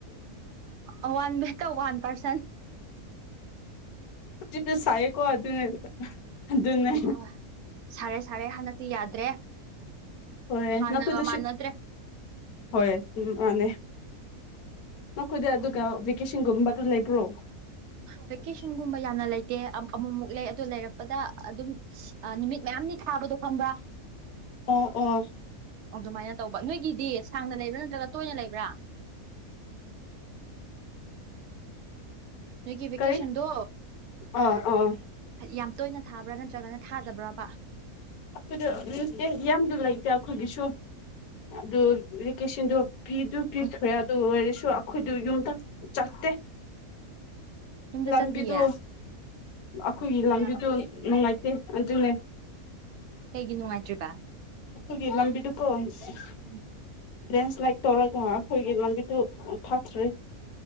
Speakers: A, on the right; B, on the left.
A: ꯑ ꯋꯥꯟꯦꯇꯔ ꯋꯥꯟ ꯄꯔꯁꯟ
B: ꯍꯧꯖꯤꯗ ꯁꯥꯏꯀꯣ ꯑꯗꯨꯅꯦ ꯑꯗꯨ ꯑꯗꯨꯅ
A: ꯍꯣꯏ ꯍꯣꯏ ꯁꯥꯔꯦ ꯁꯥꯔꯦ ꯍꯟꯗꯛꯇꯤ ꯌꯥꯗ꯭ꯔꯦ
B: ꯍꯣꯏ
A: ꯍꯥꯟꯅꯒ
B: ꯅꯈꯣꯏ ꯑꯗꯨꯁꯨ
A: ꯃꯥꯟꯅꯗ꯭ꯔꯦ
B: ꯍꯣꯏ ꯎ ꯃꯥꯅꯦ ꯅꯈꯣꯏꯗ ꯑꯗꯨꯒ ꯚꯦꯀꯦꯁꯟꯒꯨꯝꯕꯒ ꯂꯩꯕ꯭ꯔꯣ
A: ꯚꯦꯀꯦꯁꯟꯒꯨꯝꯕ ꯌꯥꯝꯅ ꯂꯩꯇꯦ ꯑꯃꯃꯨꯛ ꯂꯩ ꯑꯗꯨ ꯂꯩꯔꯛꯄꯗ ꯑꯗꯨꯝ ꯅꯨꯃꯤꯠ ꯀꯌꯥꯝꯅꯤ ꯊꯥꯕꯗꯣ ꯈꯪꯕ꯭ꯔꯥ
B: ꯑꯣ ꯑꯣ
A: ꯑꯗꯨꯃꯥꯏꯅ ꯇꯧꯕ ꯅꯣꯏꯒꯤꯗꯤ ꯁꯥꯡꯅ ꯂꯩꯕ꯭ꯔꯥ ꯅꯠꯇ꯭ꯔꯒ ꯇꯣꯏꯅ ꯂꯩꯕ꯭ꯔꯥ ꯅꯣꯏꯒꯤ ꯚꯦꯀꯦꯁꯟꯗꯣ
B: ꯀꯔꯤ ꯑꯥ ꯑꯥ
A: ꯌꯥꯝ ꯇꯣꯏꯅ ꯊꯥꯕ꯭ꯔꯥ ꯅꯠꯇ꯭ꯔꯒꯅ ꯊꯥꯗꯕ꯭ꯔꯕ
B: ꯑꯩꯈꯣꯏꯗꯇꯦ ꯌꯥꯝꯁꯨ ꯂꯩꯇꯦ ꯑꯩꯈꯣꯏꯒꯤꯁꯨ ꯑꯗꯨ ꯏꯔꯤꯀꯦꯁꯟꯗꯣ ꯄꯤꯗꯨ ꯄꯤꯈ꯭ꯔꯦ
A: ꯎꯝ
B: ꯑꯗꯨ ꯑꯣꯏꯔꯁꯨ ꯑꯩꯈꯣꯏꯗꯨ ꯌꯨꯝꯗ ꯆꯠꯇꯦ
A: ꯌꯨꯝꯗ
B: ꯂꯝꯕꯤꯗꯨ
A: ꯆꯠꯇꯤꯌꯦ
B: ꯑꯩꯈꯣꯏꯒꯤ ꯂꯥꯡꯕꯤꯗꯨ
A: ꯑ
B: ꯅꯨꯡꯉꯥꯏꯇꯦ ꯑꯗꯨꯅꯦ
A: ꯀꯩꯒꯤ ꯅꯨꯡꯉꯥꯏꯇ꯭ꯔꯤꯕ
B: ꯑꯒꯤ ꯂꯝꯕꯤꯗꯨꯀꯣ ꯍꯥꯏꯁꯤ
A: ꯎꯝ
B: ꯂꯦꯟꯁ꯭ꯂꯥꯏꯠ ꯇꯧꯔꯒ ꯑꯩꯈꯣꯏꯒꯤ ꯂꯝꯕꯤꯗꯨ ꯊꯥꯊꯔꯤ